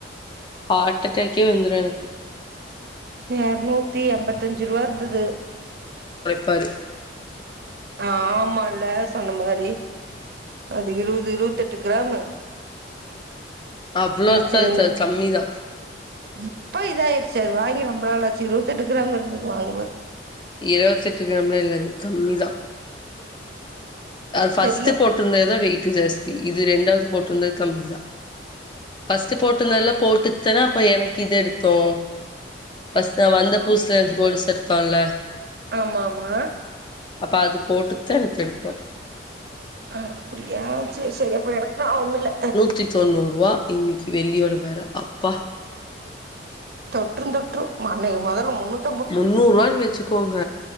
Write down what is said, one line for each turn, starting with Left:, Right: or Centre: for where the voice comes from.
Left: ஆர்ட்டடக்கே வந்துடும் எனக்கு
Right: எரநூத்தி எம்பத்தஞ்சி ரூவா இருந்தது
Left: பர்
Right: ஆ ஆமால்ல சொன்ன மாரி அது இருவது இருவத்தெ ட்டு கிராமு
Left: அவ்ளோ
Right: ஆ
Left: இருக்காது
Right: செரி
Left: அது கம்மிதா
Right: இப்ப இதாயிச்சி அது வாங்கி ரொம்ப நாளச்சி இருவத்தெட்டு கிராம் இருந்தது வாங்குபோது
Left: இருவத்தெட்டு கிராமலா இல்லங்க கம்மி தா அ ஃபஸ்ட்
Right: தெர்ல
Left: போட்டுருந்தது தா வெயிட் ஜாஸ்தி இது ரெண்டாவது போட்டிருந்தது கம்மிதா ஃபஸ்ட்டு போட்டுருந்தெல்லா போட்டு தானா அப்போ எனக்கு இது எடுத்தோ ஃபஸ்ட் நா வந்த புதுசுல
Right: அப்டியா
Left: எனக் கொலுசு எடுத்தோல்ல
Right: ஆமா ஆமா
Left: அப்ப அது போட்டுதா எனக் எடுத்தோ
Right: அப்டியா செரி செரி அப்போ எனக் ஞாபம் இல்ல
Left: நூத்தி தொண்ணூறு ரூவா இன்னிக்கு வெள்ளியோட வெல அப்பா
Right: தொற்றும் தொற்று மனைகோ மொதல்ல முன்னூத்
Left: முன்னூறு ரூவான்னு வச்சுகோங்க